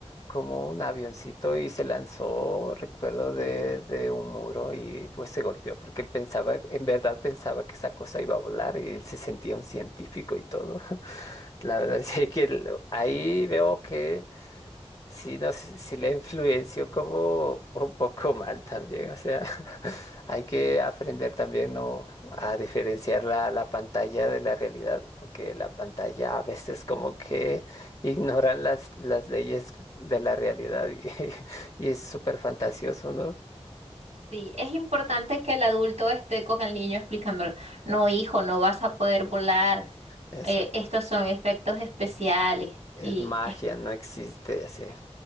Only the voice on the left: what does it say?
como un avioncito y se lanzó, recuerdo, de, de un muro y pues se golpeó porque él pensaba, en verdad pensaba que esa cosa iba a volar y él se sentía un científico y todo. <laughs> La verdad es que el- ahí veo que Sí, no sé si le influenció como un poco mal también, o sea, <laughs> hay que aprender también ¿no? a diferenciar la, la pantalla de la realidad, porque la pantalla a veces como que ignoran las, las leyes de la realidad y, <laughs> y es súper fantasioso, ¿no?
Eso
es
magia,
no existe así. <laughs>